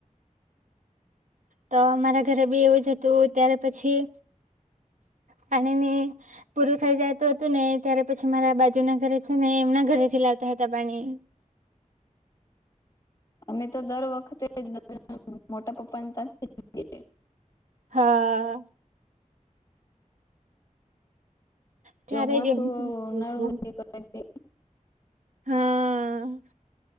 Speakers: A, on the right; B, on the left.
A: તો મારા ઘરે બી એવું જ હતું ત્યારે પછી પાણીની પૂરું થઈ જાયતું હતું ને ત્યારે પછી મારા બાજુ ના ઘરે છે ને એમના ઘરેથી લાવતા હતા પાની.
B: અમે તો દર વખતે જ બધા મોટા પપ્પાને તાથી જ
A: હા. ત્યારેય
B: ચોમાસું હોય ઉનાળુ
A: ગિયુમ
B: હોય કઈ બી
A: હા.